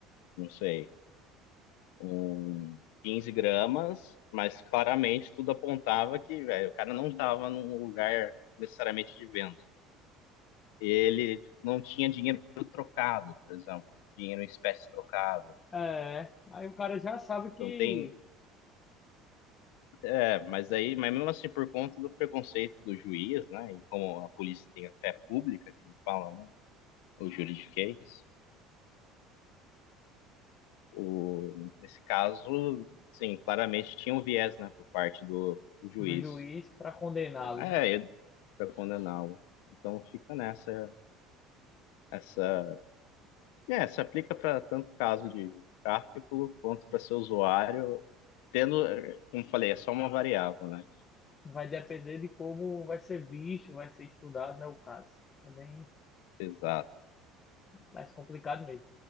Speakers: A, on the left (about 85°); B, on the left (about 25°).
A: não sei, um 15 gramas, mas claramente tudo apontava que, velho, o cara não estava num lugar necessariamente de venda. Ele tipo, não tinha dinheiro trocado, por exemplo, dinheiro em espécie trocado.
B: É, aí o cara já sabe
A: Então
B: que
A: tem, é, mas aí, mas mesmo assim, por conta do preconceito do juiz, né, e como a polícia tem a fé pública, que me fala, né, o juridiquês, O, nesse caso, sim, claramente tinha um viés, né, por parte do, do juiz.
B: do juiz para condená-lo,
A: É,
B: né?
A: é para condená-lo. Então fica nessa essa é, se aplica para tanto caso de tráfico quanto para seu usuário, tendo, como falei, é só uma variável, né?
B: Vai depender de como vai ser visto, vai ser estudado, né, o caso. É bem
A: Exato.
B: mais complicado mesmo.